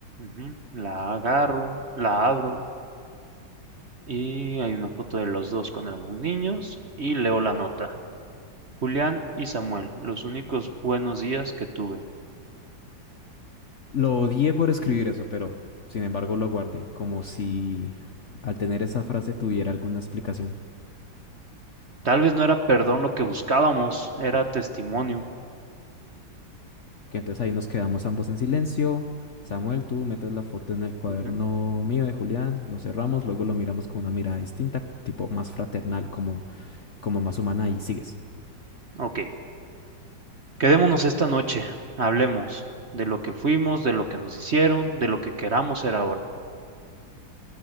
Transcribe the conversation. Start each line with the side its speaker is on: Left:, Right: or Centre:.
Right: Ujú, La agarro, la abro y hay una foto de los dos cuando éramos niños y leo la nota. Julián y Samuel, los únicos buenos días que tuve.
Left: Lo odié por escribir eso, pero sin embargo lo guardé, como si al tener esa frase tuviera alguna explicación.
Right: Tal vez no era perdón lo que buscábamos, era testimonio.
Left: Que entonces ahí nos quedamos ambos en silencio. Samuel, tú metes la foto en el cuaderno
Right: Ujú,
Left: mío de Julián, lo cerramos, luego lo miramos con una mirada distinta, tipo más fraternal, como como más humana y sigues.
Right: Ok, quedémonos esta noche, hablemos de lo que fuimos, de lo que nos hicieron, de lo que queramos ser ahora.